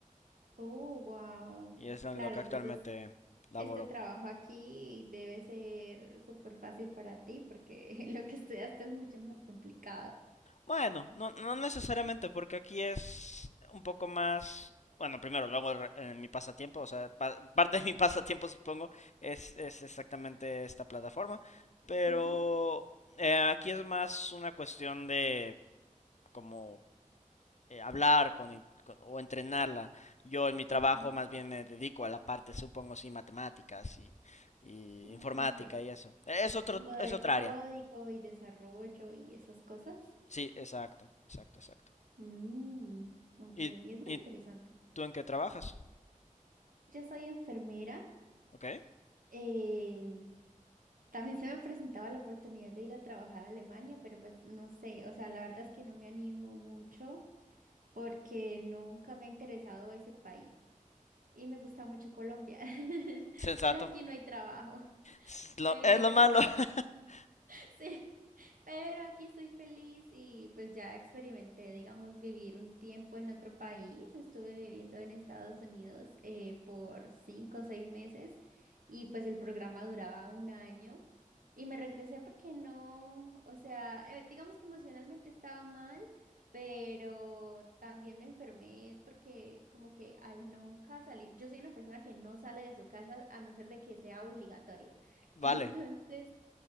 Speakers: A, on the right; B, on the left.
A: Oh, wow.
B: y es en
A: Claro,
B: lo que
A: entonces
B: actualmente laboro.
A: este trabajo aquí debe ser súper fácil para ti porque <laughs> lo que estudiaste es mucho más complicado.
B: Bueno, no, no necesariamente, porque aquí es un poco más... Bueno, primero, luego re- en mi pasatiempo, o sea, pa- <laughs> parte de mi pasatiempo supongo es, es exactamente esta plataforma, pero
A: Ujú,
B: eh, aquí es más una cuestión de como eh, hablar con, con- o entrenarla. Yo en mi trabajo
A: ujú.
B: más bien me dedico a la parte, supongo, sí, matemáticas y, y
A: Mm,
B: informática
A: ¿qué?
B: y eso. Eh, Es otro,
A: Como de
B: es otra
A: código
B: área.
A: y desarrollo y esas cosas.
B: Sí, exacto, exacto, exacto.
A: Mm, ok,
B: ¿Y,
A: es muy
B: y
A: interesante.
B: tú en qué trabajas?
A: Yo soy enfermera.
B: ¿Ok?
A: Eh, también se me presentaba la oportunidad de ir a trabajar a Alemania, pero pues no sé, o sea, la verdad es que no me animo mucho porque nunca me ha interesado ese país y me gusta mucho Colombia, <laughs>
B: Sensato.
A: pero aquí no hay trabajo.
B: Es lo,
A: Pero
B: es lo malo. <laughs>
A: <laughs> Sí, pero aquí estoy feliz y pues ya experimenté, digamos, vivir un tiempo en otro país. Estuve viviendo en Estados Unidos eh, por cinco o seis meses y pues el programa duraba un año y me regresé porque no, o sea, eh, digamos que emocionalmente estaba mal. Pero también me enfermé porque como que al nunca salir, yo soy una persona que no sale de su casa a no ser de que sea obligatorio. <laughs>
B: Vale.
A: Entonces,